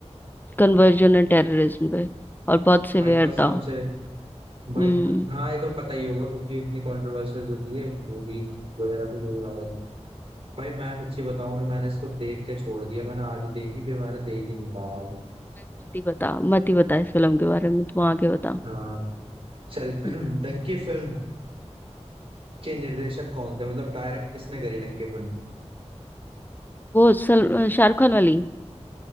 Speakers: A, on the left; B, on the right.
A: कन्वर्जन एंड टेररिज्म पे और बहुत सिवियर
B: भाई कसम
A: था
B: से भाई
A: हम्म
B: क- हाँ ये तो पता ही होगा क्योंकि इतनी कंट्रोवर्शियल जो थी मूवीज वगैरह पे यूज आ रही भाई मैं सच्ची बताऊं ना मैंने इसको देख के छोड़ दिया मैंने आधी देखी फिर मैंने देख ही नहीं पाया
A: नहीं, मत ही बता मत ही बता इस फिल्म के बारे में तू आगे बता
B: हाँ चल <clears throat>
A: हम्म,
B: डंकी फिल्म के निर्देशक कौन थे मतलब डायरेक्ट किसने करी डंकी फिल्म
A: वो सल शाहरुख खान वाली